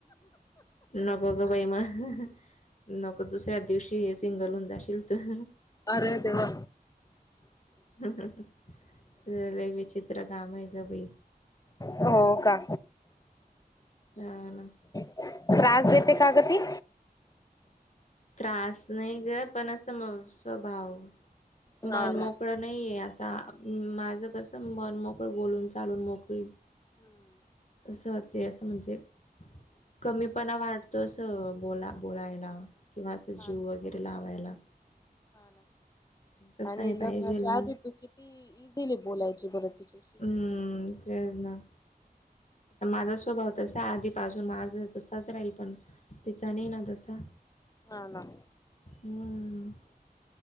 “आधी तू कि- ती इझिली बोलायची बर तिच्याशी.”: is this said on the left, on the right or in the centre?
Left